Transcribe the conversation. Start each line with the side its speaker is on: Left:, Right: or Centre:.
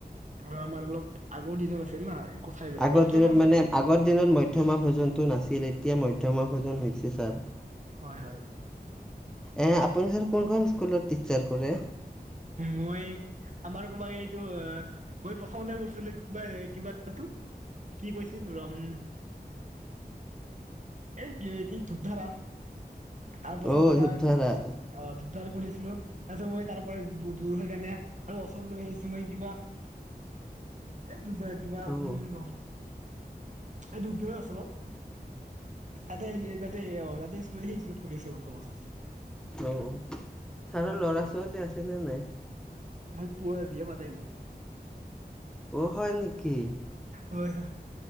Right: আৰু আমাৰ অলপ, আগৰ দিনৰ আছিল না কথাই বেলেগ
Centre: আগৰ
Right: পাৰ্থক্য
Centre: দিনত,
Right: আছে
Centre: মানে
Right: বহুত
Centre: আগৰ দিনত মধ্যমা ভোজনটো নাছিল। এতিয়া মধ্যমা ভোজন হৈছে, ছাৰ।
Right: হয়, হয়।
Centre: এ, আপুনি ছাৰ, কোনখন স্কুলত টিট্চাৰ কৰে?
Right: মই, আমাৰ ক'ৰবাক, এইটো মই প্ৰথমতে কৰিছিলো, কিবা-কিবা, এইটো কি কৈছিল, ৰম এই, কি? এই ধূপ ধাৰা? তাৰ পাছত
Centre: অ'
Right: বৰা
Centre: ধূপধাৰাত
Right: অ উদ্ধাৰ কৰিছিলো। তাৰপিছত, মই তাৰ পৰা দূৰ হৈ কিনে আৰু ওচৰত লৈ আহিছো মই কিবা <unintelligible> <unintelligible>
Centre: অ'
Right: এই ধূপ ধাৰা ওচৰত আ ততেেই অ <unintelligible> কৰি আছে বৰ্তমান।
Centre: অ ছাৰৰ ল'ৰা-ছোৱালী আছেনে নাই?
Right: মই পুৱা বিয়া পাতাই নাই।
Centre: অ, হয় নেকি?
Right: হয় হয়